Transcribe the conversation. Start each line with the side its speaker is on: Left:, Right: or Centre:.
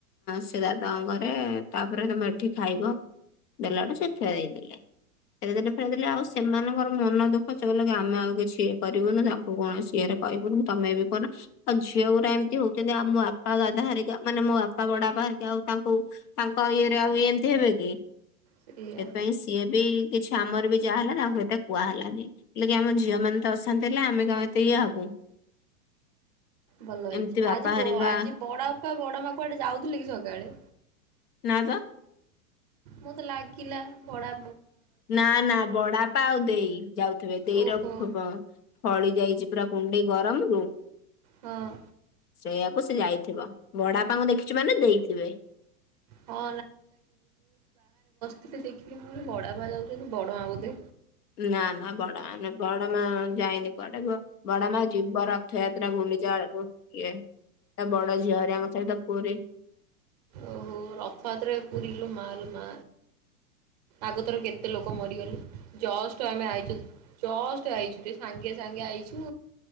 Left: ସେ ଦାଦଙ୍କ ଘରେ ତାପରେ ତମେ ଏଠି ଖାଇବ ଦେଲାବେଟୁ ସେ ଫେରେଇ ଦେଲେ ଫେରଇଦଲେ ଫେରଇ ଦେଲେ ଆଉ ସେମାନଙ୍କର ମନ ଦୁଃଖ ସେ କହିଲେ କ ଆମେ ଆଉ କିଛି ଇଏ କରିବୁନି ତାଙ୍କୁ କୌଣସି ଇଏରେ କହିବୁନି ତମେ ବି କହୁନ ଆଉ ଝିଅ ଗୁରା ଏମତି ହଉଛନ୍ତି ଆଉ ମୋ ବାପା ଦାଦା ହରିକା ମାନେ ମୋ ବାପା ବଡା ପା ହରିକା ଆଉ ତାଙ୍କୁ ତାଙ୍କ ଇଏରେ ଆଉ ଏମିତି ହେବେ କି।
Right: ସେଇଆ
Left: ସେଥିପାଇଁ ସିଏ ବି କିଛି ଆମର ବି ଯାହା ହେଲା ତାଙ୍କୁ ଏତ କୁହାହେଲାନି। ହେଲେ କି ଆମ ଝିଅ ମାନେ ତ ଅଶାନ୍ତ ହେଲେ ଆମେ ଙ୍କ ଏତେ ଇଏ ହବୁ।
Right: ଭଲ ହେଇଛି
Left: ଏମିତି ବାପା
Right: ଆଜି
Left: ହେରିକା
Right: ବ ଆଜି ବଡ। ପା ବଡ ମା କୁଆଡେ ଯାଉଥିଲେ କି ସକାଳେ।
Left: ନା ତ।
Right: ମୋତେ ଲାଗିଲା ବଡା
Left: ନା ନା ବଡାପା ଆଉ ଦେଇ ଯାଉଥିବେ ଦେଇ
Right: ଓହୋ
Left: ର ଫ-ଫଳି ଯାଇଛି ପୁରା କୁଣ୍ଡେଇ। ଗରମରୁୁ।
Right: ହଁ
Left: ସେଇଆକୁ ସେ ଯାଇଥିବ ବଡାପାଙ୍କୁ ଦେଖିଛୁ ମାନେ ଦେଇଥିବେ।
Right: ହଁ ଥିଲି ଦେଖିଲି ମୁଁ ବଡା ବା ଯାଉଛନ୍ତି ବଡ ମା ବୋଧେ।
Left: ନା ନା ବଡ ମା ବଡ ମା ଯାଇନି କୁଆଡେ ବି ବଡ ମା ଯିବ ରଥଯାତ୍ରା ଗୁଣ୍ଡିଚା ବେଳକୁ ଇଏ ତା ବଡ ଝିଅ ରିଆଙ୍କ ସହିତ ପୁରୀ।
Right: ଓହୋ ରଥୟାତ୍ରା ରେ ପୁରି ଲୋ ମା ଲୋ ମା ଆଗଥର କେତେ ଲୋକ ମରିଗଲ ଜଷ୍ଟ ଆମେ ଆଇଛୁ ଜଷ୍ଟ ଆଇଛୁ। ଏବେ ସାଙ୍ଗେ ସାଙ୍ଗେ ଆଇଛୁ